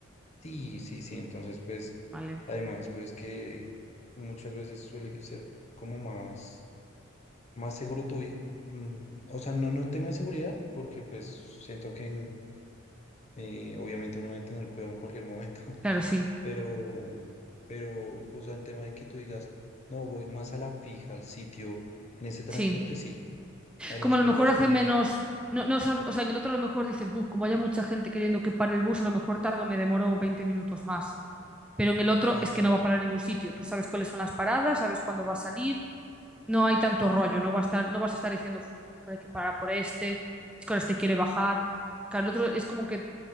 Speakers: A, on the left; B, in the centre.
A: sí, sí, sí, entonces pues,
B: Vale.
A: además pues que muchas veces suele ser como más, más seguro tu vi- mm, o sea, no, no en tema de seguridad, porque pues siento que en Eh, obviamente uno debe tener cuidado en cualquier momento,
B: Claro,
A: <laughs>
B: sí.
A: pero, pero, o sea, en tema de que tú digas, no, voy más a la fija, al sitio, en ese transporte
B: Sí.
A: sí. Además,
B: Como a
A: pues
B: lo mejor
A: vas
B: hace
A: como,
B: menos. No, no, sab- o sea, en el otro a lo mejor dices, "Buf, como haya mucha gente queriendo que pare el bus, a lo mejor tardo, me demoro 20 minutos más. Pero en el otro
A: exacto,
B: es que no va a parar en ningún sitio. Tú sabes cuáles son las paradas, sabes cuándo va a salir, no hay tanto rollo, no va a estar, no vas a estar diciendo, "Uf, es que ahora hay que parar por este, es que ahora este quiere bajar. Claro, el otro es como que